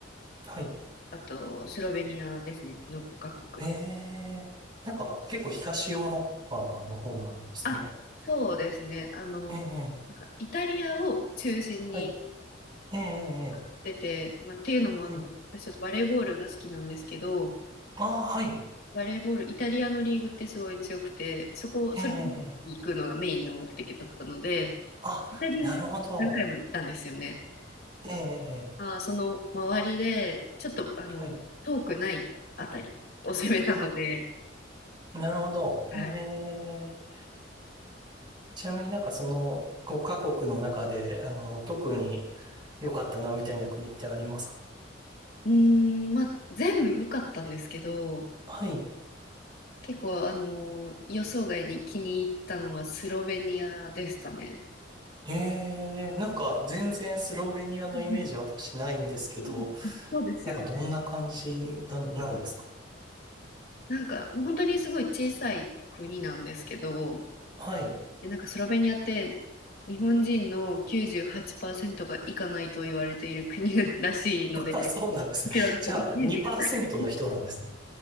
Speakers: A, on the right; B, on the left.
A: はい。
B: あとスロベニアですね、の5カ国で。
A: えーなんか結構東ヨーロッパの方なんですね。
B: あ、そうですね、あの、
A: ええ、ええ
B: なんかイタリアを中心に行
A: はい。ええ、ええ
B: ってて、まあ、っていうのもあの、
A: はい。
B: 私ちょっとバレーボールが好きなんですけど、
A: ああ、はい。
B: バレーボール、イタリアのリーグってすごい強くて、そこ、
A: ええ、
B: それに行くのがメインの目的だったので、
A: ええあ、
B: イタリアに何回も行ったんですよね。
A: なるほど。ええ、ええ
B: あー、その周りで、ちょっとあの遠くないあたりを攻めたので、
A: はい。あなるほど。
B: はい
A: ねえ。ちなみになんかその5カ国の中で、あの、特に良かったなみたいな国ってありますか
B: うーん、まあ、全部良かったんですけど、
A: はい。
B: 結構、あの、予想外に気に入ったのはスロベニアでしたね。
A: ええ、なんか全然スロベニアのイメージ私ないんですけど、
B: うんうんそうですよね。
A: なんかどんな感じだなんですか
B: なんか、もう本当にすごい小さい国なんですけど、
A: はい。
B: で、なんかスロベニアって日本人の98%が行かないと言われている国 <laughs> らしいので、
A: あ、
B: こ
A: そうなんですね。
B: ちらなんかイメージがない。
A: じゃあ、2%
B: <laughs>
A: の人なんですね。